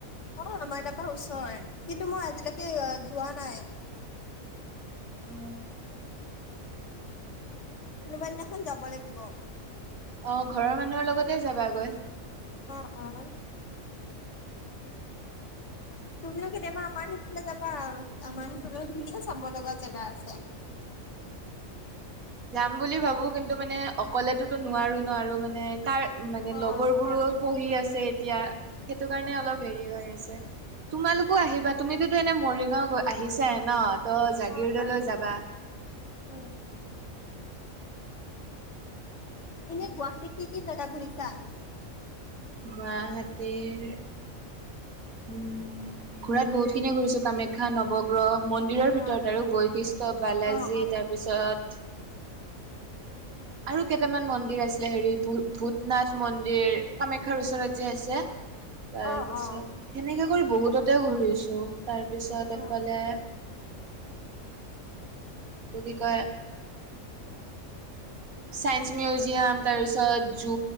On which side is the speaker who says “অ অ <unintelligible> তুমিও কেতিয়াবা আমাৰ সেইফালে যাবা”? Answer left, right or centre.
Left